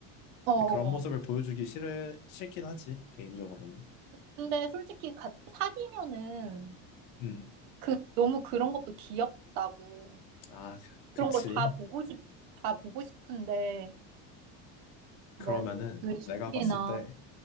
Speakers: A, on the right; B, on the left.
A: 어어어.
B: 근데 그런 모습을 보여주기 싫을, 싫긴 하지, 개인적으로는.
A: 근데 솔직히 가, 사귀면은
B: 음,
A: 그 너무 그런 것도 귀엽다고
B: 아, 그-
A: 그런
B: 그렇지.
A: 걸 다 보고 싶, 다 보고 싶은데
B: 그러면은
A: 뭐 외식이나
B: 내가 봤을 때